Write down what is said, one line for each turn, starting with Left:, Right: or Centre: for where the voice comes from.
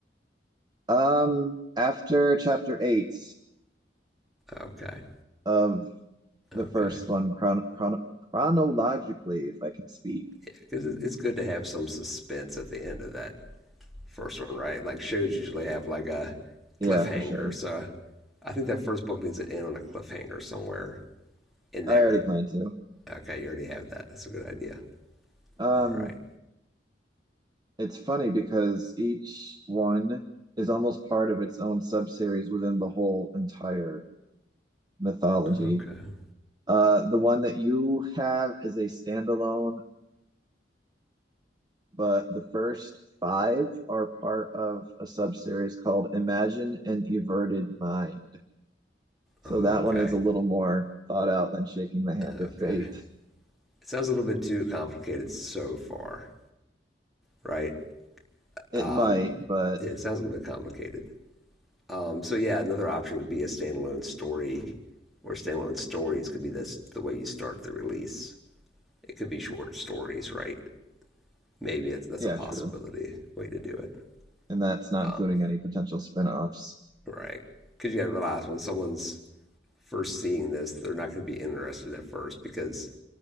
Right: Um, after chapter eight
Centre: Okay,
Right: of the
Centre: okay.
Right: first one, chron chron chronologically, if I could speak,
Centre: Yeah, because it's good to have some suspense at the end of that first one, right? Like shows usually have like a
Right: yeah,
Centre: cliffhanger.
Right: for sure.
Centre: So I think that first book needs to end on a cliffhanger somewhere in there.
Right: I already planned to.
Centre: Okay, you already have that. That's a good idea.
Right: Um,
Centre: All right.
Right: It's funny because each one is almost part of its own subseries within the whole entire mythology.
Centre: Okay.
Right: Uh, the one that you have is a standalone, but the first five are part of a subseries called Imagine an Everted Mind. So
Centre: Okay.
Right: that one is a little more thought out than Shaking the Hand
Centre: Okay.
Right: of Fate.
Centre: It sounds a little bit too complicated so far, right?
Right: It
Centre: Um,
Right: might, but
Centre: yeah, it sounds a little bit complicated. Um, so yeah, another option could be a standalone story, or standalone stories could be this the way you start the release. It could be short stories, right? Maybe that's that's
Right: yeah,
Centre: a possibility
Right: true.
Centre: way to do it.
Right: And that's not
Centre: Um,
Right: including any potential spin-offs.
Centre: right? Because you gotta realize when someone's first seeing this, they're not gonna be interested at first because